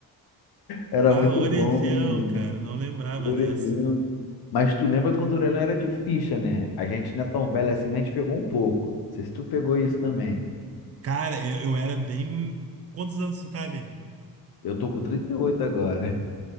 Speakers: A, on the left (about 80°); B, on the right (about 40°).
A: Era
B: Bah
A: muito
B: orelhão,
A: bom, né, mano?
B: cara, não lembrava
A: Orelhão.
B: dessa.
A: Mas tu lembra quando o Orelhão era de ficha, né? A gente não é tão velho assim, mas a gente pegou um pouco. Não sei se tu pegou isso também.
B: Cara, eu, eu era bem. Quantos anos tu tá, Vini?
A: Eu tô com 38 agora. <laughs>